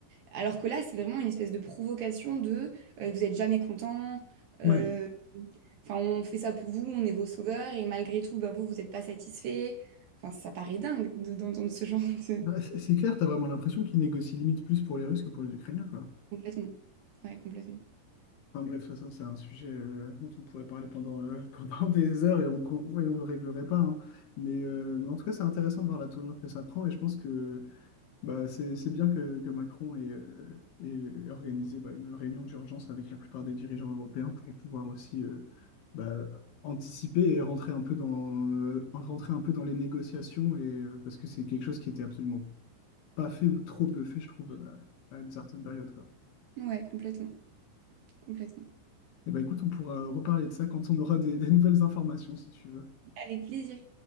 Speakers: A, on the right (about 55°); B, on the left (about 60°).
A: Alors que là, c'est vraiment une espèce de provocation de euh, vous êtes jamais content, euh,
B: Ouais,
A: enfin, on fait ça pour vous, on est vos sauveurs, et malgré tout, bah, vous, vous n'êtes pas satisfait. Enfin, ça paraît dingue de- d'entendre ce genre de...
B: Bah, c'est c'est clair, tu as vraiment l'impression qu'ils négocient limite plus pour les Russes que pour les Ukrainiens, quoi.
A: Complètement, ouais, complètement.
B: Enfin bref, de toute façon, c'est un sujet euh, dont on pourrait parler pendant, euh, <laughs> pendant des heures et on ne le réglerait pas. hein. Mais, euh, mais en tout cas, c'est intéressant de voir la tournure que ça prend et je pense que Bah, c'est, c'est bien que, que Macron ait, euh, ait organisé bah, une réunion d'urgence avec la plupart des dirigeants européens pour pouvoir aussi euh, bah, anticiper et rentrer un peu dans, euh, rentrer un peu dans les négociations, et, euh, parce que c'est quelque chose qui était absolument pas fait ou trop peu fait, je trouve, à, à une certaine période, quoi.
A: Ouais, complètement, complètement.
B: Et bah, écoute, on pourra reparler de ça quand on aura des, des nouvelles informations, si tu veux.
A: Avec plaisir.